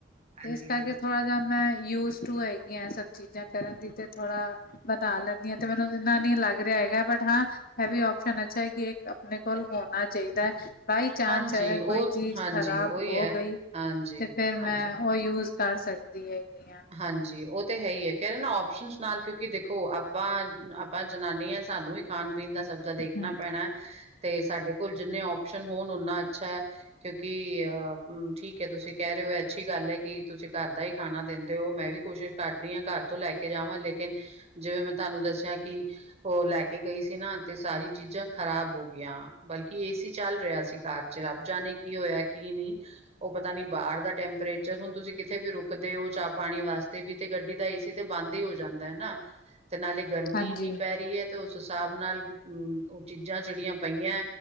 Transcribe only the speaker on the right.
ਹਾਂਜੀ-ਹਾਂਜੀ,
ਹਾਂਜੀ
ਹਾਂਜੀ
ਉਹ
ਹਾਂਜੀ
ਉਹੀ
ਹੈ,
ਹਾਂਜੀ,
ਹਾਂਜੀ।
ਹਾਂਜੀ ਓ ਤੇ ਹੈ ਹੀ ਏ ਕਹਿ ਰਹੇ ਨਾ ਓਸ਼ਨ ਨਾਲ ਕਿਉਂਕਿ ਦੇਖੋ ਆਪਾਂ ਆਪਾਂ ਜਨਾਨੀਆਂ ਸਾਨੂੰ ਹੀ ਖਾਣ ਪੀਣ ਦਾ ਸਬਦਾ ਦੇਖਣਾ
ਪੈਣੇ ਤੇ ਸਾਡੇ ਕੋਲ ਜਿੰਨੇ ਓਪਸ਼ਨ ਹੋਣ ਓਨਾ ਅੱਛਾ ਕਿਉਂਕਿ ਅੋ ਠੀਕ ਕਿ ਤੁਸੀਂ ਕੇ ਰਹੇ ਹੋ ਅੱਛੀ ਗੱਲ ਹੈ ਕਿ ਤੁਸੀਂ ਘਰ ਦਾ ਹੀ ਖਾਣਾ ਦਿੰਦੇ ਤੇ ਓ ਮੈਂ ਵੀ ਕੋਸ਼ਿਸ਼ ਕਰਦੀ ਆ ਘਰ ਤੋਂ ਲੈ ਕੇ ਜਾਵਾਂ ਲੇਕਿਨ ਜਿਵੇਂ ਮੈਂ ਤੁਹਾਨੂੰ ਦੱਸਿਆ ਕਿ ਓ ਲੈ ਕੇ ਗਈ ਸੀ ਨਾ ਤੇ ਸਾਰੀ ਚੀਜ਼ਾਂ ਖ਼ਰਾਬ ਹੋ ਗਈਆਂ ਬਲਕਿ ਏਸੀ ਚੱਲ ਰਿਆ ਸੀ ਕਾਰ ਚ ਰੱਬ ਜਾਣੇ ਕੀ ਹੋਇਆ ਕੀ ਨਹੀਂ ਉਹ ਪਤਾ ਨੀ ਬਾਹਰ ਦਾ ਟੈਂਪਰੇਚਰ ਹੁਣ ਤੁਸੀਂ ਕਿੱਥੇ ਵੀ ਰੁਕਦੇ ਹੋ ਚਾਪ ਪਾਣੀ ਵਾਸਤੇ ਵੀ ਤੇ ਗੱਡੀ ਦਾ ਏ ਸੀ ਤੇ ਬੰਦ ਹੀ ਹੋ ਜਾਂਦਾ ਨਾ ਤੇ ਨਾਲੇ ਗਰਮੀ
ਇੰਨੀ ਪੈ ਰਹੀ ਹੈ ਤੇ ਉਸ ਹਿਸਾਬ ਨਾਲ ਉਹ ਚੀਜ਼ਾਂ ਜਿਹੜੀਆਂ ਪਈਆਂ